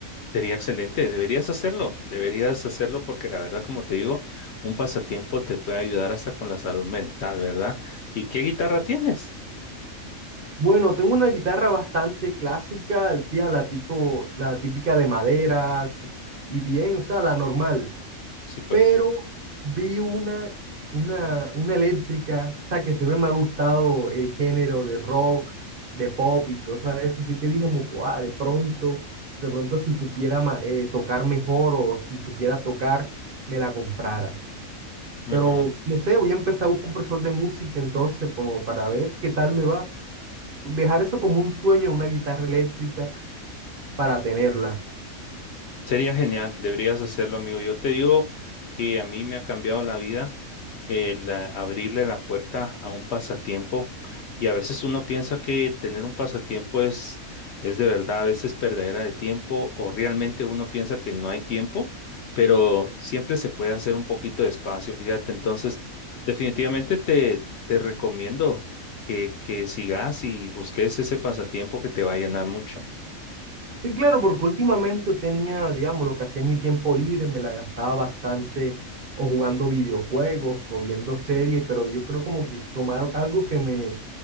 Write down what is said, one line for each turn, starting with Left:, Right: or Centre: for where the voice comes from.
Left: Sería excelente, deberías hacerlo, deberías hacerlo porque la verdad, como te digo, un pasatiempo te puede ayudar hasta con la salud mental, ¿verdad? ¿Y qué guitarra tienes?
Right: Bueno, tengo una guitarra bastante clásica, tía, la tipo, la típica de madera y bien, o sea, la normal.
Left: Sí, pues.
Right: pero vi una, una, una eléctrica, o sea, que siempre me ha gustado el género de rock, de pop y todo eso, así que dije como que, "Guau, de pronto, de pronto si supiera ma- eh, tocar mejor o si supiera tocar, me la comprara.
Left: Ujú.
Right: Pero no sé, voy a empezar a buscar un profesor de música entonces como para ver qué tal me va. Dejar eso como un sueño, una guitarra eléctrica para tenerla.
Left: Sería genial, deberías hacerlo, amigo. Yo te digo que a mí me ha cambiado la vida el eh, abrirle la puerta a un pasatiempo y a veces uno piensa que tener un pasatiempo es es de verdad a veces perdedera de tiempo o realmente uno piensa que no hay tiempo, pero siempre se puede hacer un poquito de espacio, fíjate. Entonces, definitivamente te te recomiendo que que sigas y busques ese pasatiempo que te va a llenar mucho.
Right: Sí, claro, porque últimamente tenía, digamos, lo que hacía en mi tiempo libre, me la gastaba bastante o jugando videojuegos o viendo series, pero yo creo como que tomar algo que me, o